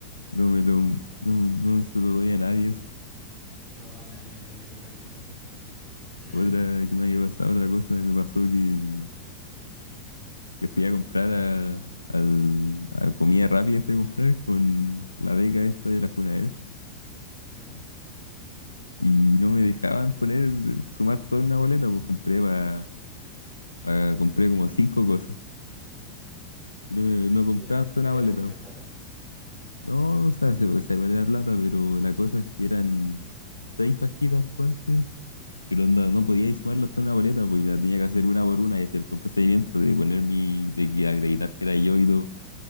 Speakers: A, on the left; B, on the right.
A: no me lo, no, no se lo doy a nadie eso.
B: No, a nadie, a nadie, de verdad que no, weón. <clears throat>
A: Otra que me haya pasado, otra cosa que me pasó que, que fui a comprar a, al- a comida rápida, fui a comprar con la beca esta de la Junaed
B: ¿Ya?
A: y no me dejaban poner, sumar toda una boleta, pues compré pa- pa- compré como cinco cosas y no, me- no compraban
B: Y era,
A: toda
B: pero
A: una boleta.
B: era mucha
A: pues.
B: plata.
A: No, o sea, se- o sea, igual era plata, pero la cosa es que eran seis fajitas, ponte, que no, andaba- no podía ir sumarlas toda una boleta, pues y la tenía que hacer una por una y hacer todo el procedimiento de poner mi, de que acreditar que era yo y todo.